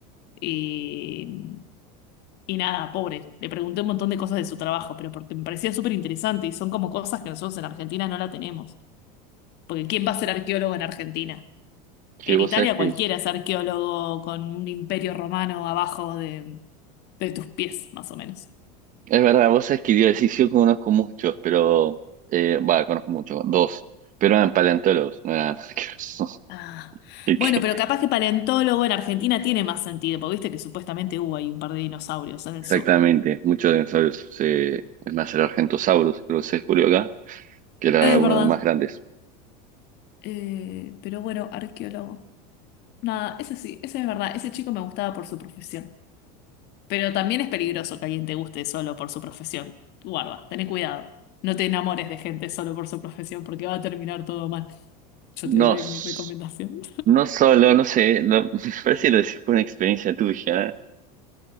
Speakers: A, on the left; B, on the right.
A: Y, y nada, pobre. Le pregunté un montón de cosas de su trabajo, pero porque me parecía súper interesante y son como cosas que nosotros en Argentina no la tenemos. Porque ¿quién va a ser arqueólogo en Argentina?
B: Sí,
A: En
B: vos
A: Italia
B: sabés que,
A: cualquiera
B: es
A: es arqueólogo con un imperio romano abajo de, de tus pies, más o menos.
B: verdad, vos sabés que yo sí, sí, yo conozco muchos, pero, eh, va, conozco muchos, dos, pero eran paleontólogos, no eran arqueólogos. <laughs>
A: Ah,
B: Así
A: bueno,
B: que,
A: pero capaz que paleontólogo en Argentina tiene más sentido, porque viste que supuestamente hubo ahí un par de dinosaurios en el
B: exactamente,
A: sur.
B: muchos dinosaurios, se- es más, el Argentosaurus, creo que se descubrió acá, que era
A: Es
B: uno
A: verdad.
B: de los más grandes.
A: Eh, pero bueno, arqueólogo. Nada, ese sí, ese es verdad. Ese chico me gustaba por su profesión. Pero también es peligroso que alguien te guste solo por su profesión. Guarda, tené cuidado. No te enamores de gente solo por su profesión, porque va a terminar todo mal. Yo
B: No,
A: te doy
B: s-
A: mi recomendación.
B: no solo, no sé, no- <laughs> me parece que lo decís por una experiencia tuya,